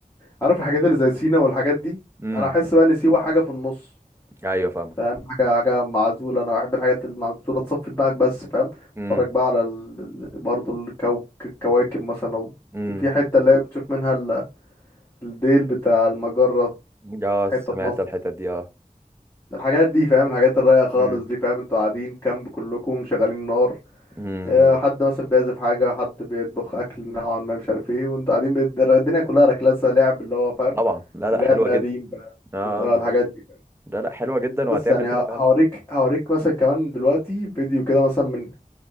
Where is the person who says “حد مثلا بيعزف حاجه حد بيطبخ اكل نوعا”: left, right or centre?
Left